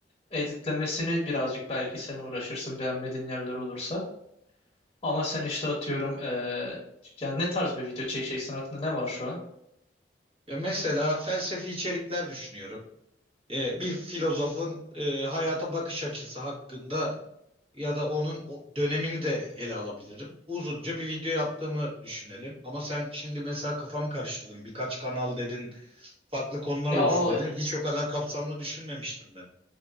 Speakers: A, on the left (about 25°); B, on the right (about 35°).
A: Editlemesini birazcık belki sen uğraşırsın beğenmediğin yerler olursa. Ama sen işte atıyorum eee, yani ne tarz bir video çekeceksin aklında ne var şu an?
B: Ya mesela felsefi içerikler düşünüyorum. e, bir filozofun e, hayata bakış açısı hakkında ya da onun o dönemini de ele alabilirim. Uzunca bir video yaptığımı düşünelim. Ama sen şimdi mesela kafamı karıştırdın. Birkaç kanal dedin, farklı konular
A: Ya
B: olsun
A: o
B: dedin. Hiç o kadar kapsamlı düşünmemiştim ben.